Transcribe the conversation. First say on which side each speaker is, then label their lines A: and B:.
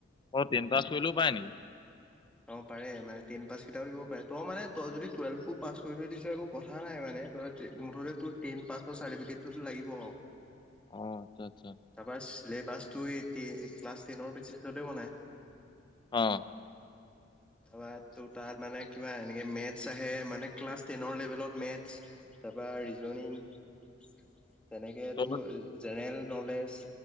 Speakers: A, on the left; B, in the centre.
A: অ টেইন পাছ কৰিলেও পাৰে নেকী?
B: অ পাৰে মানে টেইন পাছ কেইটাও দিব পাৰে তই মানে তই যদি টুৱেলভো পাছ কৰি থৈ দিছ একো কথা নাই মানে তই তে মুঠতে তোৰ টেইন পাছখন চাৰ্টিফিকেটটো তোৰ লাগিব
A: অ আচ্ছা আচ্ছা।
B: তাৰপৰা ছিলেবাছটো এই টেইন ক্লাছ টেইনৰ বেচিছতে বনায়।
A: অ'।
B: তাৰপৰা তোৰ তাত মানে কিবা এনেকে মেথছ আহে মানে ক্লাছ টেনৰ লেভেলত মেথছ তাৰপৰা ৰিজনিং তেনেকে
A: তই
B: তোৰ জেনেৰেল নলেজ,